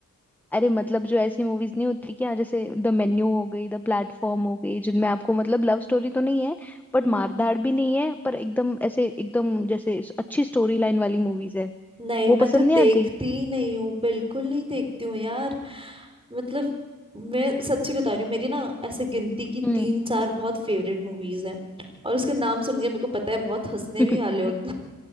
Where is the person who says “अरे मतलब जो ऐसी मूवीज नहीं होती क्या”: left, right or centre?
Centre